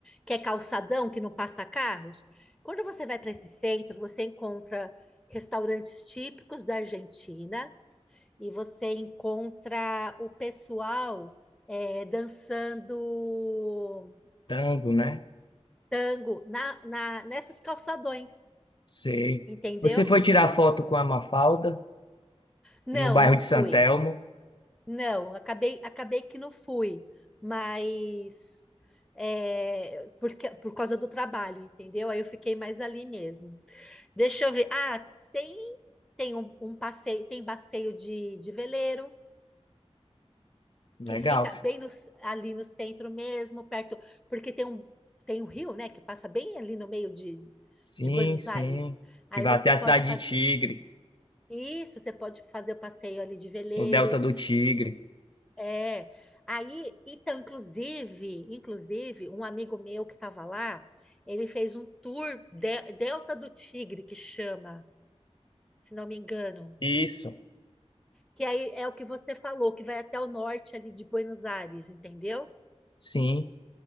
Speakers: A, in the centre; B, on the left.
A: que é calçadão, que não passa carros. Quando você vai para esse centro, você encontra restaurantes típicos da Argentina e você encontra o pessoal é, dançando
B: tango, né?
A: tango na, na, nessas calçadões,
B: Sei.
A: entendeu?
B: Você foi tirar foto com a Mafalda
A: Não,
B: no bairro
A: não
B: de
A: fui.
B: Santelmo?
A: Não, acabei, acabei que não fui, mas é, porque, por causa do trabalho, entendeu? Aí eu fiquei mais ali mesmo. Deixa eu ver. Ah, tem tem um, um passeio, tem passeio de, de veleiro
B: Legal.
A: que fica bem no, c- ali no centro mesmo, perto, porque tem um tem um rio, né, que passa bem ali no meio de,
B: Sim,
A: de Buenos
B: sim.
A: Aires. Aí
B: Que vai
A: você
B: até a
A: pode
B: cidade
A: fazer
B: de Tigre,
A: isso, você pode fazer o passeio ali de veleiro,
B: no Delta do Tigre.
A: É. Aí, então, inclusive, inclusive, um amigo meu que estava lá, ele fez um tour de- Delta do Tigre, que chama, se não me engano.
B: Isso.
A: Que aí é o que você falou, que vai até o norte ali de Buenos Aires, entendeu?
B: Sim.